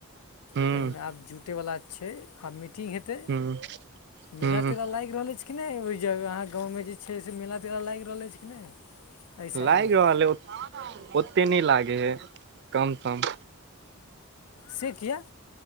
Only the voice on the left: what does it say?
तऽहिमे आब जुटैवला छै, अखन मीटिंग हे तै,
मेला
-तेला लाइग लाग रहल अछि कि नहि, ओ जगह अहाँ गाँंअमे जे छै से मेला -तेला लागि रहल अछि कि नहि? एहि साइडमे
से किया